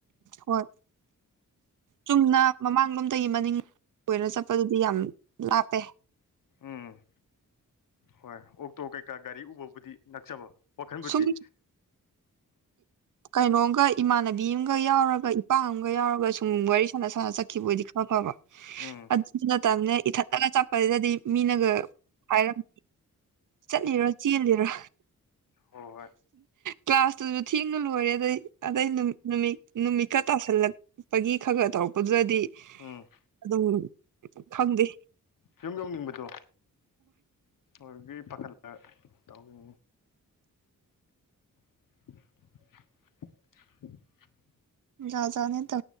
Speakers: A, on the right (about 65°); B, on the left (about 70°).
A: ꯍꯣꯏ ꯆꯨꯝꯅ ꯃꯃꯥꯡꯂꯣꯝꯗꯒꯤ ꯃꯅꯤꯡꯔꯣꯝ ꯆꯠꯄꯗꯨꯗꯤ ꯌꯥꯝ ꯂꯥꯞꯄꯦ
B: ꯎꯝ ꯍꯣꯏ ꯑꯣꯛꯇꯀꯩ ꯒꯥꯔꯤ ꯎꯕꯕꯨꯗꯤ ꯅꯛꯆꯕ ꯋꯥꯈꯟꯕꯨꯗꯤ
A: ꯁꯨꯝ ꯀꯩꯅꯣꯝꯒ ꯏꯃꯥꯟꯅꯕꯤ ꯑꯃꯒ ꯌꯥꯎꯔꯒ ꯏꯄꯥ ꯑꯃꯒ ꯌꯥꯎꯔꯒ ꯁꯨꯝ ꯋꯥꯔꯤ ꯁꯥꯟꯅ ꯁꯥꯟꯅ ꯆꯠꯈꯤꯕ ꯑꯣꯏꯗꯤ ꯈꯔ ꯐꯕ
B: ꯎꯝ
A: ꯑꯗꯨꯁꯨ ꯅꯠꯇꯕꯅꯦ ꯏꯊꯟꯗꯒ ꯆꯠꯄꯁꯤꯗꯗꯤ ꯃꯤꯅꯒ ꯍꯥꯏꯔꯝ ꯆꯠꯂꯤꯔ ꯆꯦꯜꯂꯤꯔꯣ
B: ꯍꯣꯏ ꯍꯣꯏ
A: ꯀ꯭ꯂꯥꯁ ꯊ <inaudible> ꯂꯣꯏꯔꯦ ꯑꯗꯩ ꯑꯗꯩ ꯅꯨꯃꯤꯠ ꯅꯨꯃꯤꯠꯀ ꯇꯥꯁꯜꯂꯛꯄꯒꯤ ꯈ ꯈꯔ ꯇꯧꯔꯛꯄꯗꯨꯔꯗꯤ
B: ꯎꯝ
A: ꯑꯗꯨꯝ ꯈꯪꯗꯦ
B: ꯌꯤꯕꯝ ꯌꯧꯅꯤꯡꯕꯗꯣ ꯑꯗꯨꯒꯤ ꯄꯥꯈꯠꯂꯒ ꯇꯧꯅꯤ <inaudible>
A: ꯌꯥꯥꯖꯅꯦ ꯇ